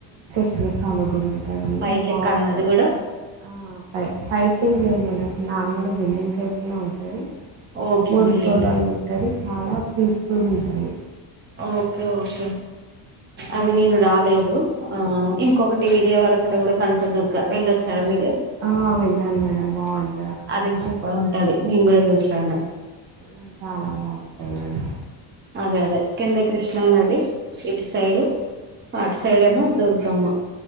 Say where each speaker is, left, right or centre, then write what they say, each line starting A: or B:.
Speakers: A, on the right; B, on the right.
A: శివసామ గుడి అంటడి
B: పైకి
A: బాగుంటుంది
B: ఎక్కాలన అది కూడా
A: అ <unintelligible> <unintelligible> మేడం నార్మల్ బిల్డింగ్ టైప్నే ఉంటుంది
B: ఓకే
A: మూడు
B: బిల్డింగ్
A: సోలాలుగా ఉంటది చాలా పీస్ఫుల్గా ఉంటాది
B: ఓకే ఓకే అది నేను రాలేదు ఆ ఇంకొకటి విజయవాడ కడ కూడా కనక వెళ్ళొచ్చారా
A: అవును
B: మీరు
A: మేడం ఆ, వెళ్ళాను మేడం బాగుంటుంది అక్కడ
B: అది
A: కూడా
B: సూపర్ ఉంటుది మే కూడా చూ చనా
A: ఆ చాలా బావుంటది మేడమ్
B: అదే అదే కింద కృష్ణా నది ఇటు సైడ్ ఆట్ సైడ్ ఏమో దుర్గమ్మ